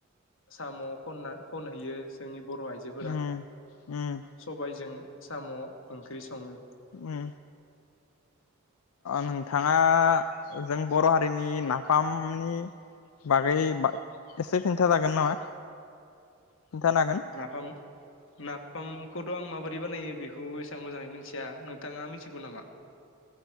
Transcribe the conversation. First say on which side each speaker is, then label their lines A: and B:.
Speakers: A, on the left; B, on the left.
A: साम' खनना खनहैयो जोंनि बर' आइजोफोरा
B: उम उम
A: सबायजों साम' ओंख्रि सङो।
B: उम नोंथाङा जों बर' हारिनि नाफामनि बागै एसे खिन्था जागोन नामा? खिन्थानो हागोन
A: नाफाम नाफामखौथ' आं माबो ब्रै बानायनायो बेखौ एसेबां मोजाङै मिथिया नोंथाङा मिथिगौ नामा?